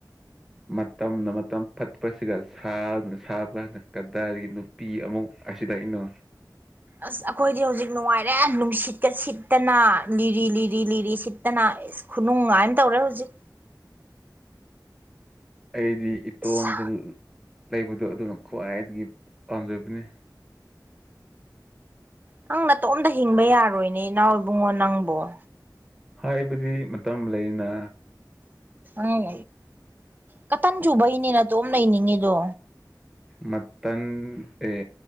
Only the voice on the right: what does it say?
ꯑꯁ ꯑꯩꯈꯣꯏꯗꯤ ꯍꯧꯖꯤꯛ ꯅꯨꯡꯉꯥꯏꯔꯦ ꯅꯨꯡꯁꯤꯠꯀ ꯁꯤꯠꯇꯅ ꯂꯤꯔꯤ ꯂꯤꯔꯤ ꯂꯤꯔꯤ ꯁꯤꯠꯇꯅ ꯑꯩꯁ ꯈꯨꯅꯨꯡꯉꯥꯏꯅ ꯇꯧꯔꯦ ꯍꯧꯖꯤꯛ
ꯑꯁ
ꯅꯪ ꯅꯇꯣꯝꯇ ꯍꯤꯡꯕ ꯌꯥꯔꯣꯏꯅꯦ ꯏꯅꯥꯎꯏ ꯏꯕꯨꯡꯉꯣ ꯅꯪꯕꯨꯣ
ꯎꯝ ꯀꯇꯟ ꯆꯨꯕꯩꯅꯤꯅ ꯇꯣꯝ ꯂꯩꯅꯤꯡꯉꯤꯗꯣ